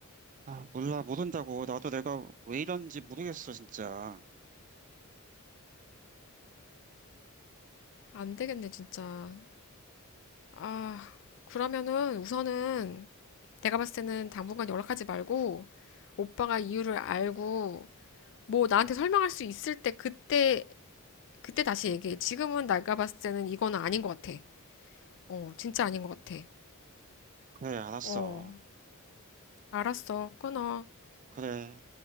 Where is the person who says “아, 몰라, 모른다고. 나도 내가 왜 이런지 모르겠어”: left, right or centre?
Right